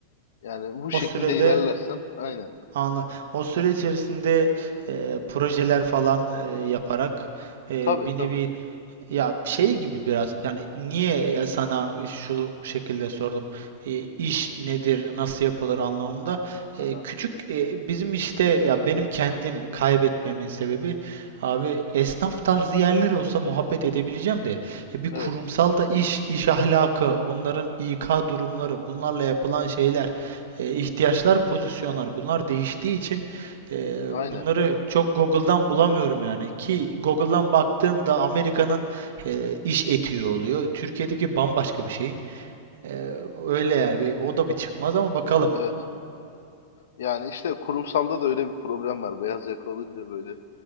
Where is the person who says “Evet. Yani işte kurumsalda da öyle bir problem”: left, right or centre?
Left